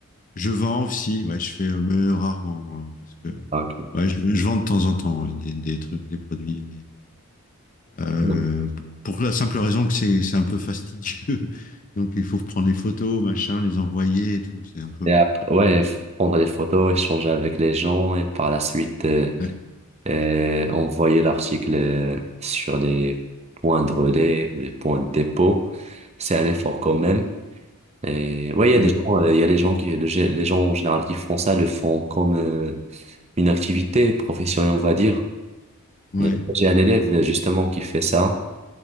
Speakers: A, on the left (about 35°); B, on the right (about 30°).
A: je vends aussi. Ouais, je fais euh, mais rarement euh, parce que
B: ah, ok.
A: ouais, je, je vends de temps en temps ouais, des, des trucs, des produits, mais euh,
B: Non.
A: pour la simple raison que c'est c'est un peu fastidieux. <laughs> Donc il faut prendre les photos, machin, les envoyer et tout. C'est un peu
B: Et
A: bon.
B: après, ouais, f- prendre des photos, échanger avec les gens et par la suite. euh,
A: Ouais,
B: et envoyer l'article euh, sur les points de relais ou les points de dépôt. C'est un effort quand même. Et ouais, il y
A: ouais,
B: a des gens, euh, il y a des gens qui, le gé- les gens en général qui font ça, le font comme euh, une activité professionnelle, on va dire.
A: ouais,
B: Mais J'ai un élève euh, justement qui fait ça,